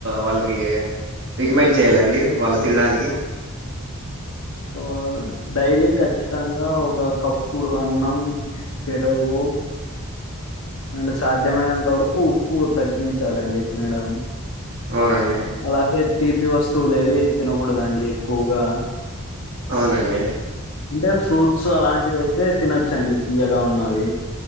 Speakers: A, on the right; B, on the left.
A: వాళ్ళకి రికమెండ్ చేయాలండి వాళ్ళు తినడానికి.
B: అ డైలీ ఖచ్చితంగా ఒక కప్పుడు అన్నం పెరగు పో అండ్ సాధ్యమైనంత వరకు ఉప్పు తగ్గించాలండి తినడం.
A: అవునండి
B: అలాగే తీపి వస్తువులేవి తినకూడదండి ఎక్కువగా
A: అవునండి.
B: అంటే ఫ్రూట్స్ అలాంటివైతే తినచ్చండి తీయగా ఉన్నవి